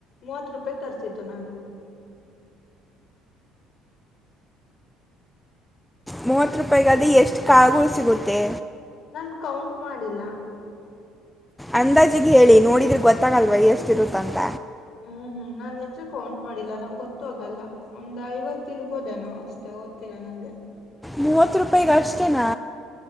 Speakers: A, on the left; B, in the centre.
A: ಮೂವತ್ ರೂಪಾಯಿಗೆ ತರಸಿದ್ದು ನಾನು.
B: ಮೂವತ್ ರೂಪಾಯಿಗ ಅದ ಎಷ್ಟು ಕಾಳಗಳು ಸಿಗುತ್ತೆ.
A: ನಾನ್ ಕೌಂಟ್ ಮಾಡಿಲ್ಲ.
B: ಅಂದಾಜಿಗೆ ಹೇಳಿ ನೋಡಿದ್ರೆ ಗೊತ್ತಾಗಲ್ವಾ ಎಷ್ಟ ಇರುತ್ತ ಅಂತ.
A: ಹ್ಮ್ ಹ್ಮ್ ನಾನ್ ನಿಜ ಕೌಂಟ್ ಮಾಡಿಲ್ಲ, ನಂಗೆ ಗೊತ್ತಾಗಲ್ಲ, ಒಂದ್ ಐವತ್ತು ಇರ್ಬೋದೇನೋ ಅಷ್ಟೇ ಗೊತ್ತಿಲ್ಲ ನಂಗೆ.
B: ಮೂವತ್ತು ರೂಪಾಯಿಗ ಅಷ್ಟೇನಾ?